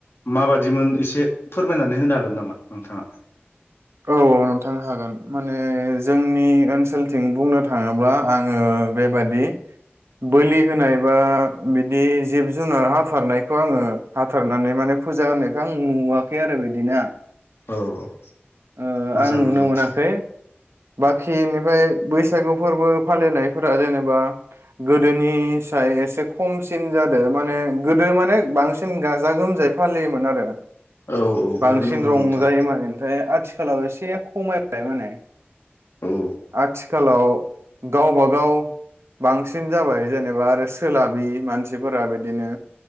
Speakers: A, on the left (about 70°); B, on the right (about 80°).
A: माबादिमोन एसे फोरमायनानै होनो हागोन नामा नोंथाङा?
B: औ औ नोंथां हागोन माने जोंनि ओनसोल थिं बुंनो थाङोब्ला आङो बेबादि बोलि होनाय बा बिदि जिब जुनार हाथारनायखौ आङो हाथारनानै माने फुजा होनायखौ आं नुवाखै आरो बिदिना
A: औ औ
B: ओ
A: मोजांनि
B: आं नुनो
A: बाथ्रा
B: मोनाखै बाखि खि एनिफ्राय बैसागु फोरबो फालिनायफोरा जेनेबा गोदोनि साय एसे खमसिन जादों माने गोदो माने बांसिन गाजा गोमजायै फालियोमोन आरो।
A: औ औ
B: बांसिन
A: बेबो नंगौ
B: रंजायोमोन
A: नोंथां
B: ओमफ्राय आ थिखालाव एसे खमायबाय माने
A: औ
B: आथिखालाव गावबागाव बांसिन जाबाय जेनेबा आरो सोलाबि मानसिफोरा बिदिनो